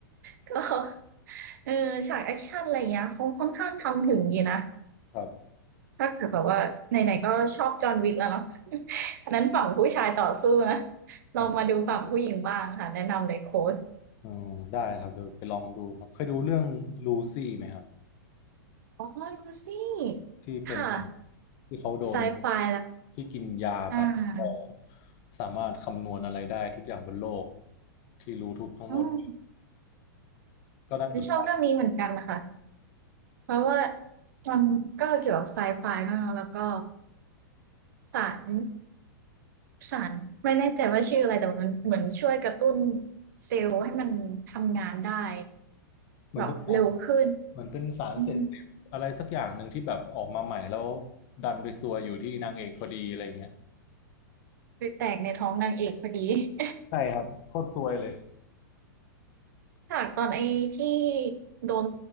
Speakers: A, on the right (about 60°); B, on the left (about 35°).
A: <laughs> ก็เออฉากแอคชั่นอะไรอย่างเงี้ยเขาค่อนข้างทำถึงดีนะ
B: ครับ
A: ถ้าเกิดแบบว่าไหนๆก็ชอบจอห์นวิกแล้วเนาะ <laughs> อันนั้นฝั่งผู้ชายต่อสู้นะ
B: ครับ
A: ลองมาดูฝั่งผู้หญิงบ้างค่ะแนะนำเลยโค้ช
B: อ๋อได้ครับเดี๋ยวไปลองดูครับเคยดูเรื่องลูซี่ไหมครับ
A: อ๋อลูซี่
B: ที่เป็น
A: ค่ะ
B: ที่เขาโดน
A: ไซไฟแล้ว
B: ที่กินยาไปก็
A: อ่า
B: สามารถคำนวณอะไรได้ทุกอย่างบนโลกที่รู้ทุกทั้งหมด
A: อืม
B: ก็น่าสนใจ
A: ชอบเรื่องนี้เหมือนกันนะคะเพราะว่ามันก็เกี่ยวกับไซไฟด้วยเนอะแล้วก็ สารสารไม่แน่ใจว่าชื่ออะไรแต่มันเหมือนช่วยกระตุ้นเซลล์ให้มันทำงานได้
B: เหมือนเป็นสาร
A: แบบเร็วขึ้น
B: เหมือนเป็นสารเสพติดอะไรสักอย่างหนึ่งที่แบบออกมาใหม่แล้ว
A: อืม
B: ดันไปซวยอยู่ที่นางเอกพอดีอะไรอย่งเงี้ย
A: ไปแตกในท้องนางเอกพอดี <laughs>
B: ใช่ครับโคตรซวยเลย
A: ฉากตอนไอ้ที่โดน